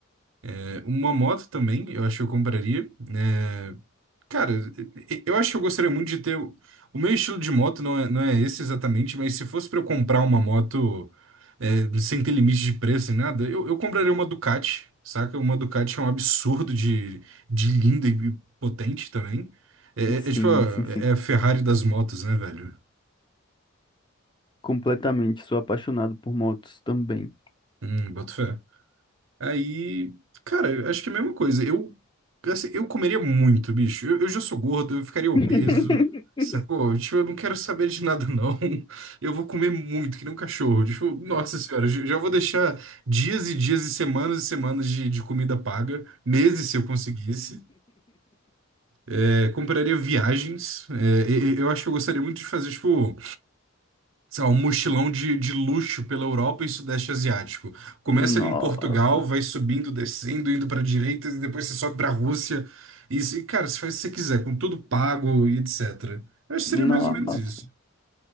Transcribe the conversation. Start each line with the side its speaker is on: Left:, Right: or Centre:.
Right: É, Uma moto também, eu acho que eu compraria. né? Cara, e- eu acho que eu gostaria muito de ter. O o meu estilo de moto não é, não é esse exatamente, mas se fosse pra eu comprar uma moto é, sem ter limite de preço nem nada, eu, eu compraria uma Ducati, saca? Uma Ducati é um absurdo de, de linda e potente também. É, é-
Left: Sim,
Right: é tipo a,
Left: sim, sim.
Right: é a Ferrari das motos, né, velho?
Left: Completamente. Sou apaixonado por motos também.
Right: Hum, boto fé. Aí, cara, eu acho que é a mesma coisa. Eu, assim, eu comeria muito, bicho. Eu, eu já sou gordo, eu ficaria obeso,
Left: <laughs>
Right: sacou? Tipo, eu não quero saber de nada, não. <laughs> Eu vou comer muito, que nem um cachorro. Tipo, nossa senhora, já já vou deixar dias e dias e semanas e semanas de, de comida paga, meses se eu conseguisse. É, compraria viagens. É, e- e- eu acho que eu gostaria muito de fazer, tipo sei lá, um mochilão de, de luxo pela Europa e Sudeste Asiático. Começa
Left: Nossa,
Right: ali em Portugal, vai subindo, descendo, indo para direita, e depois você sobe para a Rússia. E, se- cara, você faz o que você quiser, com tudo pago e etc. Eu acho
Left: nossa,
Right: que seria mais ou menos isso.